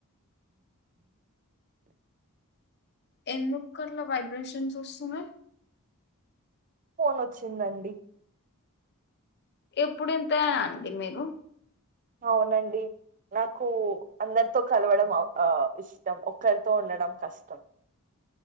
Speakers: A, on the left; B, on the right.
A: ఎందుకు అట్లా వైబ్రేషన్స్ వస్తున్నాయి,
B: ఫోన్ వచ్చిందండి
A: ఎప్పుడు ఇంతేనే అండి మీరు,
B: అవునండి నాకు అందరితో కలవడం అ ఓ ఇష్టం ఒక్కరితో ఉండడం కష్టం